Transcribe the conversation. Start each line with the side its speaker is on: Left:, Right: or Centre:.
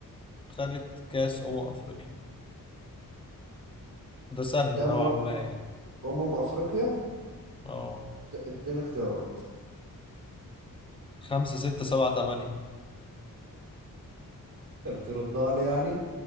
Left: خدت كأس أمم أفريقيا ده سهل
Right: كم
Left: نوعا
Right: مرة
Left: ما يعني
Right: أمم أفريقيا
Left: اه
Right: د- اديني اختيارات
Left: خمسة ستة سبعة تمانية
Right: أنت بتردها لي يعني